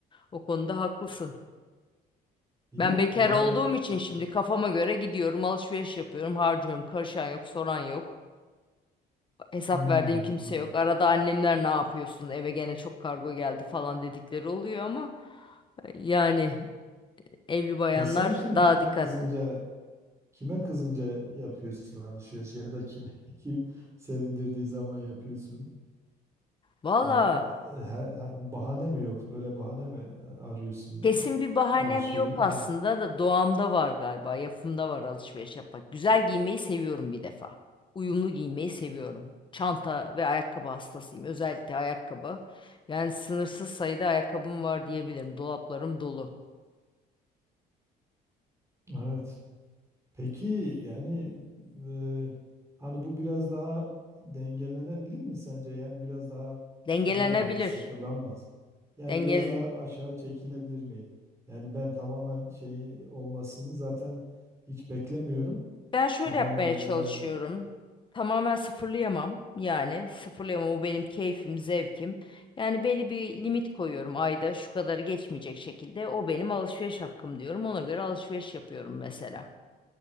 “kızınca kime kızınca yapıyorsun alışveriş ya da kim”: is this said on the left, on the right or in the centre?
Right